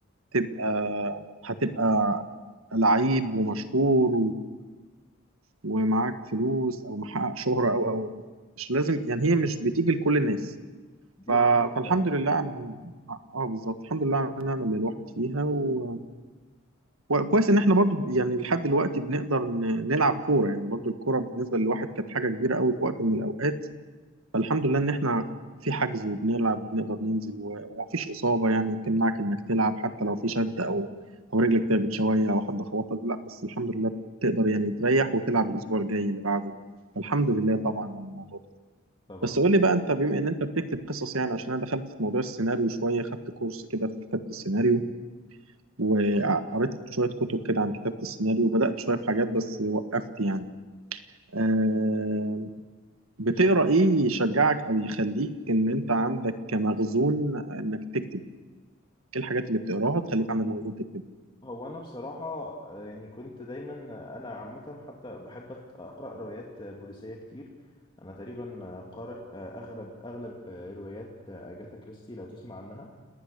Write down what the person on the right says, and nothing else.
تبقى هتبقى لعيب ومشهور ومعاك فلوس او محقق شهرة او او مش لازم يعني هي مش بتيجي لكل الناس
ف-
فالحمد
لله على اه بالظبط الحمد لله على النعمة اللي الواحد فيها و... وكويس ان احنا برضو يعني لحد دلوقتي بنقدر ن- نلعب كورة يعني برضو الكورة بالنسبة للواحد كانت حاجة كبيرة قوي في وقت من الاوقات فالحمد لله ان احنا في حجز وبنلعب وبنقدر ننزل و- ومفيش اصابه يعني تمنعك انك تلعب حتى لو في شد او او رجلك تعبت شويه او حد خبطك لا بس الحمد لله بتقدر يعني تريح وتلعب الاسبوع الجاي اللي بعده الحمد لله طبعا على الموضوع ده
بس قول لي بقى انت بما ان انت بتكتب قصص يعني عشان انا دخلت في موضوع السيناريو شويه خدت كورس كده في كتابه السيناريو وقريت شويه كتب كده عن كتابه السيناريو وبدات شويه في حاجات بس وقفت يعني آه، بتقرا ايه يشجعك او يخليك ان انت عندك كمخزون انك تكتب ايه الحاجات اللي بتقراها تخليك عندك مخزون تكتب